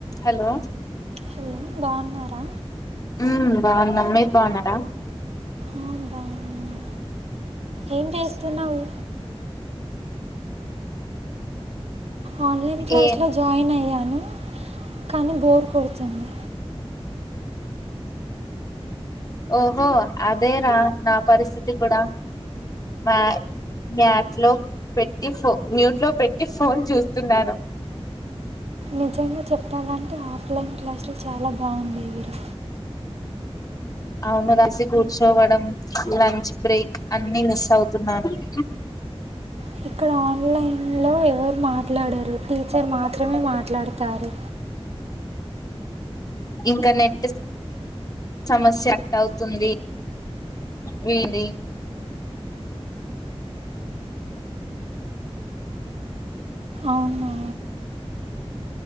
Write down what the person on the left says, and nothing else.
హలో
ఉ బాగునము మీరు బావునర
ఏ
ఓహో అదే రా నా పరిస్థితి కూడా మా మ్యాట్ లో పెట్టి ఫో మ్యూట్ లో పెట్టి ఫోన్ చూస్తున్నాను
అవును రాసి కూర్చోవడం లంచ్ బ్రేక్ అన్ని మిస్ అవుతున్నారును
ఇంకా నెట్ సమస్య అట్ అవుతుంది వింది